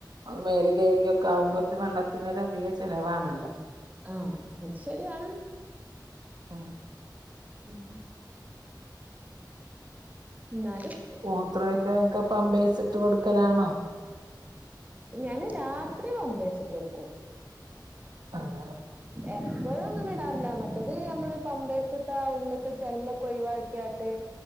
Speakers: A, on the right; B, on the right.
A: അത് മേല് കൈകിയൊക്കെ ആവുമ്പോക്ക് വെള്ളത്തിനൊരധിക ചെലവാണല്ലോ
B: ആഹ് അത് ശരിയാണ്
A: ആഹ്
B: പിന്നെ ഇന്നാലും
A: മൂത്രയ്ക്കാനൊക്കെ പമ്പയ്സിട്ട് കൊടുക്കലാണോ
B: ഞാന് രാത്രി പമ്പേയ്സിട്ട് കൊടുക്കും
A: അങ്ങനെ
B: എപ്പോഴും അങ്ങനെ ഇടാറില്ല മറ്റേത് നമ്മള് പമ്പേയ്സിട്ടാ ഉള്ള്ത്തെ ജെല്ല് ഒക്കെ ക്കെ ഒഴിവാക്യാട്ട്